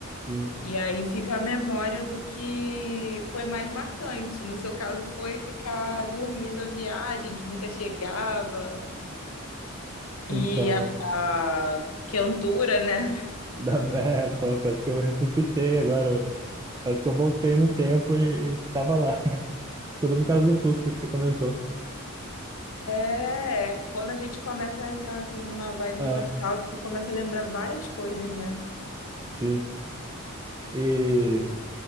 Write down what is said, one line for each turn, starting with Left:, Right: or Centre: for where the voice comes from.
Right: Sim.
Left: E aí fica a memória do que foi mais marcante. No seu caso, foi ficar dormindo a viagem, que nunca chegava,
Right: Então,
Left: e a,
Right: é,
Left: a quentura, né?
Right: da- <laughs> é, pô, parece que eu ressuscitei agora. eu- Parece que eu voltei no tempo e, e tava lá. <laughs> Tudo por causa do Fusca que você comentou.
Left: É, é quando a gente começa a entrar assim numa vibe
Right: Ah,
Left: nostálgica, começa a lembrar várias coisas, né?
Right: sim. E,